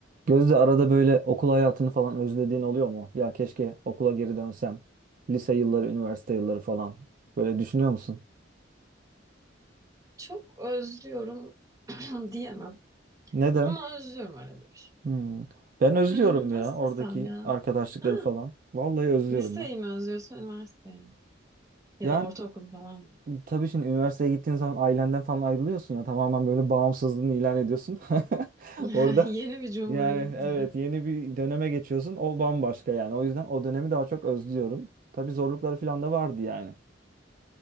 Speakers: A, on the right; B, on the right.
A: Gözde arada böyle okul hayatını falan özlediğin oluyor mu? Ya keşke okula geri dönsem. Lise yılları, üniversite yılları falan. Böyle düşünüyor musun?
B: Çok özlüyorum <clears throat> diyemem.
A: Neden?
B: Ama özlüyorum arada bir.
A: Hmm. Ben özlüyorum
B: Ee, nasıl
A: ya oradaki
B: desem ya?
A: arkadaşlıkları
B: Ha,
A: falan. Vallahi özlüyorum
B: liseyi
A: ya.
B: mi özlüyorsun, üniversiteyi mi? Ya
A: Yani
B: da ortaokulu falan mı?
A: tabii şimdi üniversiteye gittiğin zaman ailenden falan ayrılıyorsun ya. Tamamen böyle bağımsızlığını ilan ediyorsun. <laughs>
B: <laughs>
A: Orada
B: Yeni bir cumhuriyet.
A: yani evet
B: <laughs>
A: yeni bir döneme geçiyorsun. O bambaşka yani. O yüzden o dönemi daha çok özlüyorum. Tabii zorlukları falan da vardı yani.